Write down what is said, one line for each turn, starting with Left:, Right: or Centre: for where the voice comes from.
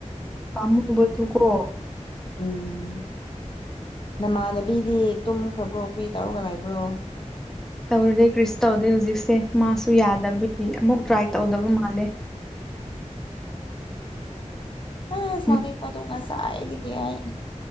Centre: ꯄꯥꯝꯃꯨꯕꯗꯨꯀꯣ
Left: ꯎꯝ ꯅꯃꯥꯟꯅꯕꯤꯗꯤ ꯇꯨꯝꯈ꯭ꯔꯕ꯭ꯔꯣ ꯄ ꯇꯥꯔꯨꯛꯒ ꯂꯥꯏꯕ꯭ꯔꯣ
Centre: ꯇꯧꯔꯗꯦ ꯀ꯭ꯔꯤꯁ ꯇꯧꯗꯦ ꯍꯧꯖꯤꯛꯁꯦ ꯃꯥꯁꯨ ꯌꯥꯗꯕꯒꯤ ꯑꯃꯨꯛ ꯇ꯭ꯔꯥꯏ ꯇꯧꯗꯕ ꯃꯥꯜꯂꯦ
Left: ꯑꯣ ꯁꯥꯎꯅꯤꯄ
Centre: ꯎꯝ
Left: ꯇꯉ ꯆꯥꯏꯗꯤ ꯀꯥꯏ